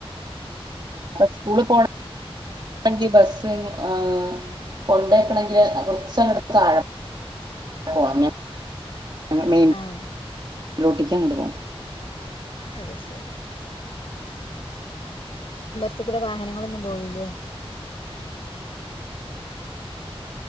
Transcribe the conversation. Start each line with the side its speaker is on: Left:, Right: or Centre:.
Right: അപ്പ സ്കൂളി പോണങ്കി ബസ് ഇങ്ങു ആ കൊണ്ടെക്കണങ്കി കുറച്ചെങ്ങട് തായേ പോണം ഞങ്ങടെ മെയിൻ
Left: ആഹ്
Right: റോട്ടിക്കാ അങ്ങട് പോണം
Left: അത് ശരി അത് കൂട വാഹനങ്ങളൊന്നും പോവില്ലേ